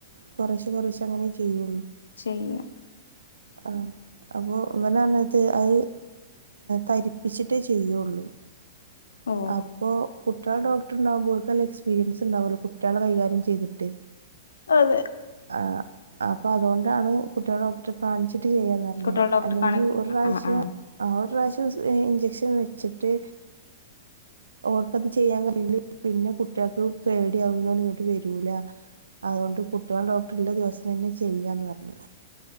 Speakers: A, on the right; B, on the left.
A: കൊറേശ്യ കൊറേശ്യ അങ്ങനെ ചെയ്യുള്ളൂ
B: പിന്നെ
A: ആഹ് അപ്പൊ ഇവന അന്നത്ത് അത് തരിപ്പിച്ചിട്ടേ ചെയ്യുള്ളൂ
B: ഓ
A: അപ്പോ കുട്ട്യളെ ഡോക്ടർ ഉണ്ടാവുമ്പോ ഓൽക് നല്ല എക്സ്പീരിയൻസ് ഉണ്ടാവല്ലോ കുട്ട്യളെ കൈകാര്യം ചെയ്തിട്ട്
B: അതെ
A: ആഹ് അപ്പൊ അതോണ്ടാണ് കുട്ട്യളെ ഡോക്ടറെ കാണിച്ചിട്ട് ചെയ്യാന്ന പിന്നെ
B: കുട്ടികളെ ഡോക്ടറെ
A: അല്ലെങ്കിൽ
B: കാണിക്ക
A: ഒരു പ്രാവശ്യം
B: ആ ആ
A: ആ ഒരു പ്രാവശ്യം ഇഞ്ചക്ഷൻ വെച്ചിട്ട് ഓർക്കത് ചെയ്യാൻ കഴിയില്ല പിന്നെ കുട്ട്യേക്ക് പേടിയാവുനോണ്ട് ഇങ്ങട്ട് വരൂല അതോണ്ട് കുട്ട്യളെ ഡോക്ടർ ഇല്ല ദിവസം തന്നെ ചെയ്യാന്ന് പർഞ്ഞു